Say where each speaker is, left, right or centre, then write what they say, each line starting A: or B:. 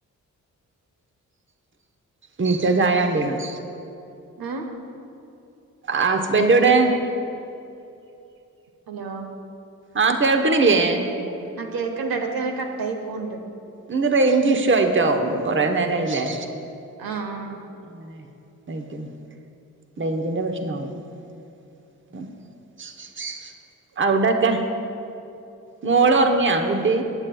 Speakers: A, on the right (about 30°); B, on the right (about 65°).
A: നീച്ച ചായ വാണ്ടിവരും.
B: ഏഹ്
A: ഹസ്ബൻഡ് എവ്ടെ?
B: ഹലോ?
A: ആഹ് കേൾക്ക്ണില്ലേ?
B: ആഹ് കേൾക്ക്ണ്ട്. ഇടക്ക് അങ്ങനെ കട്ട ആയി പോണ്ട്.
A: ന്ത് റേയ്ഞ്ച് ഇഷ്യൂ ആയിട്ടാവും. കൊറെ നേരായില്ലേ?
B: ആഹ് ആഹ്
A: അങ്ങനെ തായിക്കും. റൈഞ്ചിന്റെ പ്രശ്നമാവും. <unintelligible> അവ്ടൊക്കെ, മോള് ഉറങ്ങിയോ? കുട്ടി